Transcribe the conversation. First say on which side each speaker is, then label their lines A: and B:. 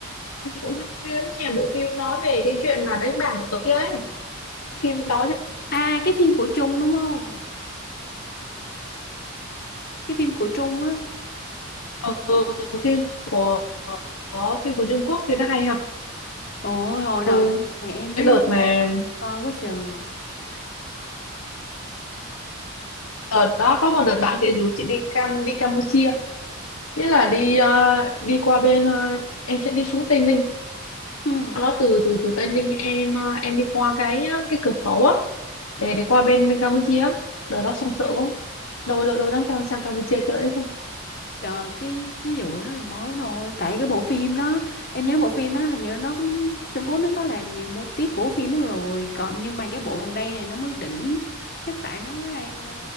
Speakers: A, on the left; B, on the left.
A: cũng hay lắm nha bộ phim nói về cái chuyện mà đánh bạc ở kia ấy phim đó chứ
B: À cái phim của Trung đúng không? Cái phim của Trung á.
A: ờ, phim của có phim của Trung Quốc phim nó hay ha
B: ôi hồi
A: ừ
B: đầu đó thì em
A: cái
B: với
A: đợt
B: em
A: mà
B: Sam coi quá trời
A: đợt đó có một đợt bạn chị rủ chị đi Cam đi Campuchia nghĩa là đi ờ, đi qua bên ờ, em sẽ đi xuống Tây Ninh
B: Ừ.
A: sau đó từ từ từ Tây Ninh em ờ, em đi qua cái ờ, cái cửa khẩu á để để qua bên bên Campuchia á. đợt đó xong sợ quá đâu đâu đâu dám cam sang Campuchia chơi hết đâu
B: trời cái cái vụ đó là mới thôi tại cái bộ phim đó em nhớ bộ phim đó hình như nó cũng Trung Quốc nó có làm nhiều mô típ của phim đó rồi còn nhưng mà cái bộ gần đây này nó mới đỉnh chắc tại nó đang ờ,